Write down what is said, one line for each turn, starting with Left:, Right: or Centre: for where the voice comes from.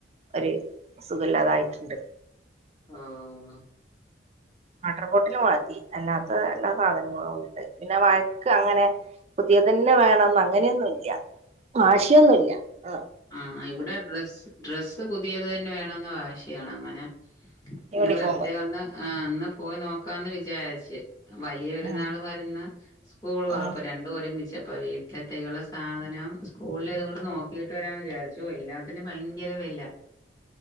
Right: ഒര് സുഖല്ലാതായിട്ട്ണ്ട്
Left: ആഹ്
Right: വാട്ടർ ബോട്ടില് മാറ്റി. അല്ലാത്ത എല്ലാ സാധനങ്ങളും ഉണ്ട്. പിന്നെ വഴക്ക് അങ്ങനെ പുതിയതന്നെ വേണംന്ന് അങ്ങനെയൊന്നുല്ല വാശിയൊന്നുല്ല ആഹ്
Left: ആഹ് ഇവ്ടെ ഡ്രസ്സ് ഡ്രസ്സ് പുതിയത് തന്നെ വേണംന്ന് വാശിയാണ് അങ്ങനെ ഇന്ന്
Right: യൂണിഫോമ്
Left: വെറുതെ വന്ന് ആഹ് ഇന്ന് പോയി നോക്കാംന്ന് വിചാരിച്ച് വലിയ പെരുന്നാള്
Right: ആഹ്
Left: വരുന്ന് സ്കൂൾ തുറപ്പ്.
Right: ആഹ്
Left: രണ്ടും ഒരുമിച്ചപ്പോ വീട്ടിലത്തേക്കുള്ള സാധനം സ്കൂളിലേതും കൂടെ നോക്കീ ട്ട് വരാന്ന് വിചാരിച്ചു എല്ലാത്തിനും ഭയങ്കര വില